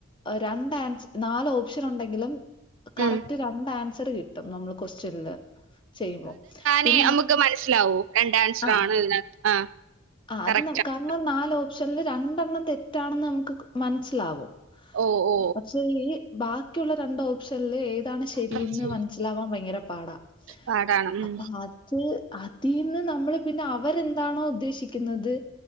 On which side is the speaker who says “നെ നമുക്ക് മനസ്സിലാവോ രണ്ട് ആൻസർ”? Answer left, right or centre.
Right